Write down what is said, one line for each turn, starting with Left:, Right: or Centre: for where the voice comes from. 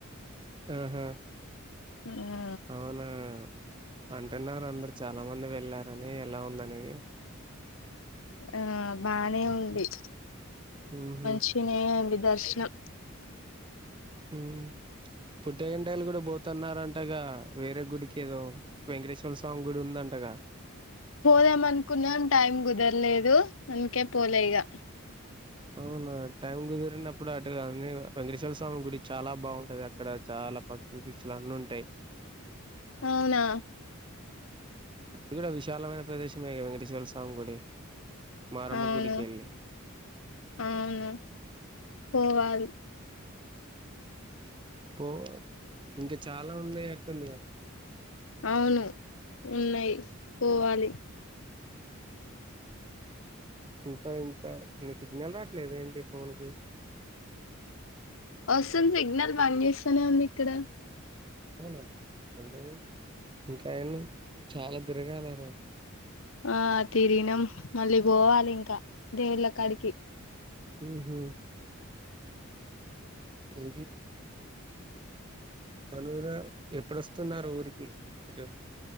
Right: ఆహా
Left: ఉమ్
Right: అవునా అంటున్నారు అందరు చాలా మంది వెళ్ళారు కానీ ఎలా ఉందని
Left: ఆ బానే ఉంది
Right: ఉహు
Left: మంషిని అ దర్శనం
Right: హ్మ్మ్ పుట్టే గంటలు కూడా పోతున్నారంటగా వేరే గుడికి ఏదో వెంకటేశ్వర స్వామి గుడి ఉందంటగా
Left: పోదాం అనుకున్నాం టైం కుదరలేదు అందుకే పోలే ఇగా
Right: అవునా టైం కుదిరినప్పుడు అటు కాని వెంకటేశ్వర స్వామి గుడి చాలా బాగుంటది అక్కడ చాలా పక్ష పచ్చల అన్నీ ఉంటాయి
Left: అవునా
Right: ఇది కూడా విశాలమైన ప్రదేశమే వెంకటేశ్వర స్వామి కూడా మారమ్మ
Left: అవును
Right: గుడికెళ్ళి
Left: అవును పోవాలి
Right: పోవ ఇంకా చాలా ఉన్నాయి అక్కందిగా
Left: అవును ఉన్నాయి పోవాలి
Right: ఇంకా ఇంకా న సిగ్నల్ రాట్లేదు ఏంటి ఫోన్ కి
Left: వస్తుంది సిగ్నల్ పని చేస్తూనే ఉంది ఇక్కడ
Right: అవునా న ఇంకా అండి చాలా తిరగాలరు
Left: ఆ తీరిగినం మళ్ళీ పోవాలి ఇంకా దేవుళ్ళ కాడికి
Right: ఉమ్ హ్మ్మ్ ఉ మనవురా ఎప్పుడుస్తున్నారు ఊరికి ఇటు.